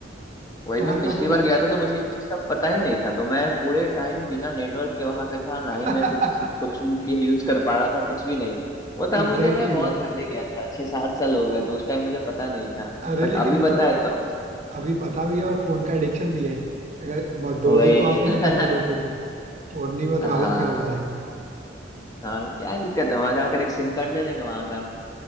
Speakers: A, on the left; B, on the right.
A: वही
B: तुम्हारे
A: मैं पिछली
B: पास वो
A: बार गया था तो मुझे इस चीज का पता ही नहीं था तो मैं पूरे टाइम बिना नेटवर्क के वहां पे था ना
B: <laughs>
A: ही मैं कुछ सोशल मीडिया यूज कर पा रहा था कुछ भी नहीं वो था
B: एग्जैक्टली
A: मुझे मैं बहुत
B: exactly.
A: पहले गया था छह सात साल हो गया तो उस टाइम मुझे पता नहीं था
B: अरे
A: बट
B: लेकिन
A: अभी
B: अब
A: पता
B: तो
A: है तो
B: अभी पता भी है और फोन का एडिक्शन भी है अगर म- दो
A: <laughs> वही
B: दिन तो वहां पे
A: <laughs>
B: लग जाएंगे दो तीन दिन फोन नहीं हुआ तो
A: हाँ
B: हालत खराब हो जाएगी
A: हाँ क्या दिक्कत है वहां जाकर एक सिम कार्ड ले लेंगे वहां का